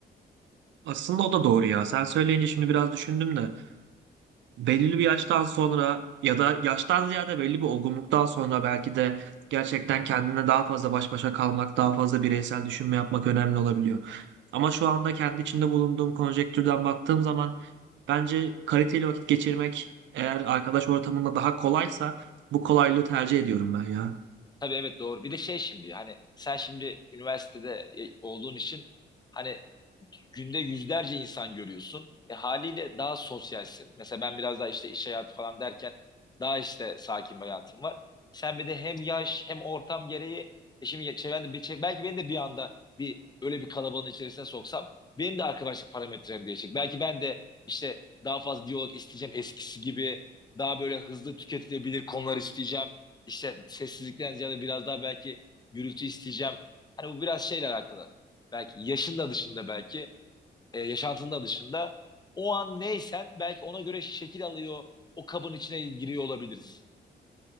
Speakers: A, on the right; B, on the left.
A: Aslında o da doğru ya. Sen söyleyince şimdi biraz düşündüm de. belirli bir yaştan sonra ya da yaştan ziyade belli bir olgunluktan sonra belki de gerçekten kendine daha fazla baş başa kalmak, daha fazla bireysel düşünme yapmak önemli olabiliyor. Ama şu anda kendi içinde bulunduğum konjektürden baktığım zaman bence kaliteli vakit geçirmek eğer arkadaş ortamında daha kolaysa bu kolaylığı tercih ediyorum ben ya.
B: Tabii evet doğru. Bir de şey şimdi hani sen şimdi üniversitede e, olduğun için hani günde yüzlerce insan görüyorsun. E, haliyle daha sosyalsin. Mesela ben biraz daha işte iş hayatı falan derken daha işte sakin bir hayatım var. Sen bir de hem yaş hem ortam gereği e şimdi çevrende bir- çe- belki beni de bir anda bir öyle bir kalabalığın içerisine soksam benim de arkadaşlık parametrem değişecek. Belki ben de işte daha fazla diyalog isteyeceğim eskisi gibi daha böyle hızlı tüketilebilir konular isteyeceğim işte sessizlikten ziyade biraz daha belki gürültü isteyeceğim. Hani bu biraz şeyle alakalı. Belki yaşın da dışında belki, e, yaşantın da dışında. O an neysen belki ona göre şekil alıyor, o kabın içine giriyor olabiliriz.